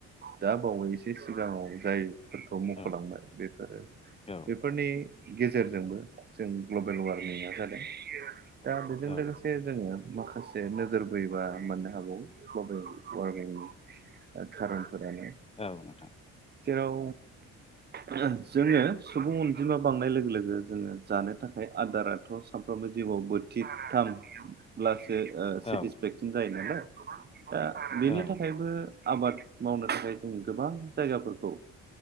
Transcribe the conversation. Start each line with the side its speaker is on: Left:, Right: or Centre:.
Right: दा बावैस सो सिगाङाव जायफोरखौ मख'लांबाय
Left: औ
Right: बेफोरो
Left: औ
Right: बेफोरनि गेजेरजोंबो जों ग्लोबेल वार्मिं जादों दा बेजों
Left: औ
Right: लोगोसे जोङो माखासे नोजोर बोयोबा मोननो हागौ ग्लोबेल वार्मिंनि ओ खारनफोरानो
Left: औ नोंथां
Right: जेराव जों जोङो सुबुं अनजिमा बांनाय लोगो लोगो जोङो जानो थाखाय आदाराथ' सामफ्राम बो जिउआव बोथिथामब्लासो ओ सेटिसफेकसन
Left: औ
Right: जायो नालाय दा बेनि
Left: औ
Right: थाखायबो आबाद मावनो थाखाय जों गोबां जायगाफोरखौ